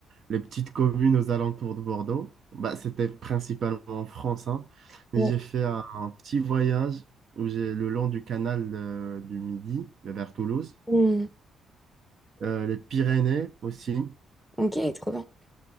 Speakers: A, on the right (about 60°); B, in the centre.
A: les petites communes aux alentours de Bordeaux. Bah, c'était principalement en France, hein. Mais
B: Ouais.
A: j'ai fait un, un petit voyage où j'ai le long du canal euh, du Midi vers Toulouse,
B: Hmm.
A: Euh, les Pyrénées aussi.
B: Ok, trop bien.